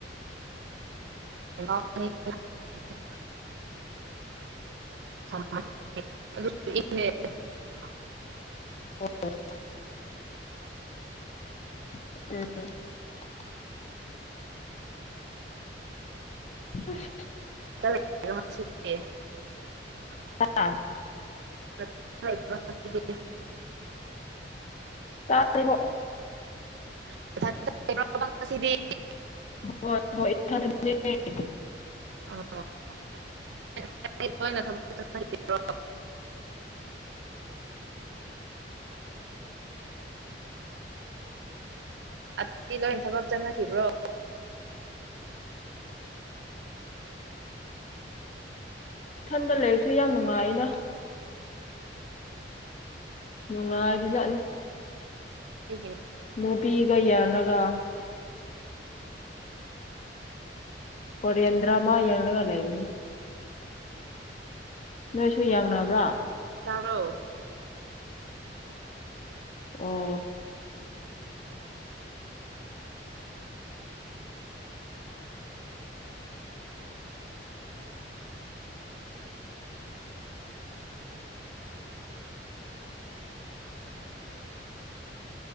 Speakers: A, on the right; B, on the left.
A: <unintelligible> <unintelligible>
B: <unintelligible> ꯑꯁ
A: <unintelligible>
B: <unintelligible>
A: <unintelligible>
B: <unintelligible>
A: <unintelligible>
B: <unintelligible>
A: <unintelligible> ꯂꯣꯏꯅ ꯊꯕꯛ ꯆꯠꯅ ꯈꯤꯕꯣ ꯑꯗꯨꯗꯤ ꯂꯣꯏ ꯊꯕꯛ ꯆꯠꯅꯈꯤꯕ꯭ꯔꯣ
B: ꯏꯊꯟꯗ ꯂꯩꯔꯁꯨ ꯌꯥꯝ ꯅꯨꯡꯉꯥꯏꯅ ꯅꯨꯡꯉꯥꯏꯕꯖꯥꯠꯂꯤ
A: ꯑꯩꯒꯤ
B: ꯃꯨꯕꯤꯒ ꯌꯥꯜꯂꯒ ꯀꯣꯔꯤꯌꯟ ꯗ꯭ꯔꯥꯃ ꯌꯦꯡꯂꯒꯥ ꯂꯩꯕꯅꯤ ꯅꯣꯏꯁꯨ ꯌꯥꯡꯅꯕ꯭ꯔꯥ
A: ꯇꯥꯕ꯭ꯔꯣ
B: ꯑꯣ